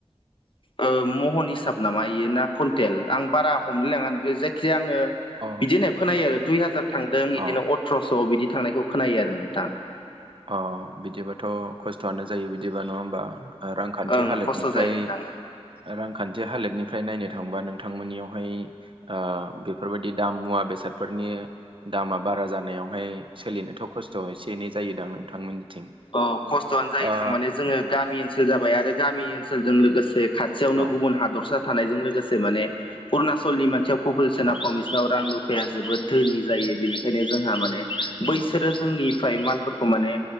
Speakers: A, on the left (about 50°); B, on the right (about 50°).
A: ओ महन हिसाब नामा इयो ना कुन्टेल आं बारा हमलायलाङा बे जायखिजाया आङो
B: अ
A: बिदि खोनायो आरो दुइ हाजार थांदों बिदिनो
B: अ
A: अथ्रस' बिदि थांनायखौ खोनायो आरो नोंथां।
B: अ बिदिबाथ' खस्थ'आनो जायो बिदिबा नङा होमबा? रांखान्थि
A: ओं
B: हालोदनिफ्राय
A: खस्थ' जायो नोंथां
B: रांखान्थि हालोदनिफ्राय नायनो थांबा नोंथांमोननियावहाय ओ बेफोरबायदि दाम मुवा बेसादफोरनि दामा बारा जानायावहाय सोलिनोथ' खस्थ' एसे एनै जायोदां नोंथांमोननिथिं
A: अ खस्थ'आनो जायो
B: ओ
A: नोंथां माने जोङो गामि ओनसोल जाबाय आरो गामि ओनसोलजों लोगोसे खाथियावनो
B: औ
A: गुबुन हादरसा थानायजों लोगोसे माने अरुणाचलनि मानसियाव पपुलेसना
B: औ
A: खम बिसिनाव रां रुफाया जोबोद धोनि जायो बिनिखायनो जोंहा माने
B: उम
A: बैसोरो जोंनिफ्राय मालफोरखौ माने